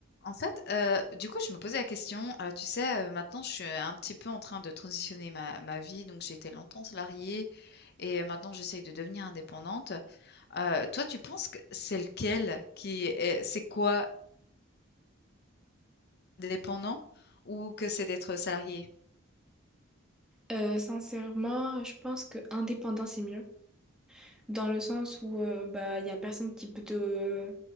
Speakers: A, on the left (about 50°); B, in the centre.
A: En fait, heu, du coup, je me posais la question, heu, tu sais, heu, maintenant je suis un petit peu en train de transitionner ma ma vie, donc j'ai été longtemps salariée et maintenant j'essaye de devenir indépendante. Heu, toi, tu penses que c'est lequel qui est c'est quoi? Dépendant ou que c'est d'être salarié?
B: Euh, sincèrement, je pense que indépendant c'est mieux, dans le sens où euh, bah il y a personne qui peut te